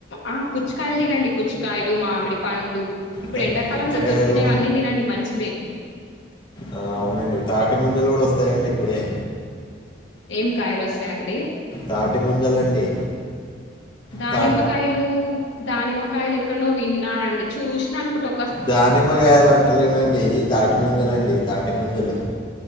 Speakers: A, on the left; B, on the left.
A: ఆ పుచ్చకాయలు తినండి పుచ్చకాయలు మామిడి పండ్లు ఇప్పుడు
B: త-
A: ఎండాకాలంలో
B: పుచ్చకాయలు
A: దొరికినవి అన్నీ తినండి మంచిదే
B: ఆ, అవునండి తాటి ముంజలు కూడా వస్తాయండి ఇప్పుడే
A: ఏం కాయలు వస్తాయి అండీ
B: తాటి ముంజలండి
A: దానిమ్మకాయలు
B: తా
A: దానిమ్మకాయలు ఎక్కనో విన్నానండి చూసినా అనుకుంటా
B: దానిమ్మకాయలు అంట లేనండి తాటి ముంజల అండీ తాటిముంజలు